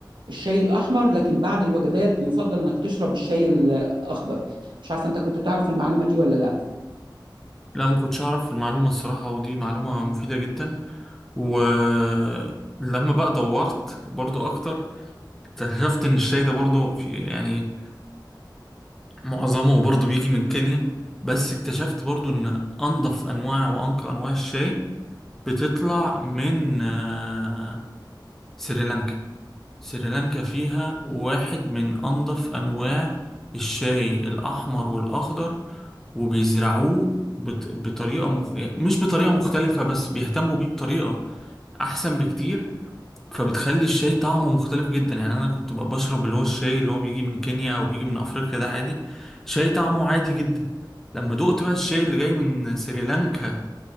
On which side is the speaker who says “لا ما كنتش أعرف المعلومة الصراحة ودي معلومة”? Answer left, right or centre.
Centre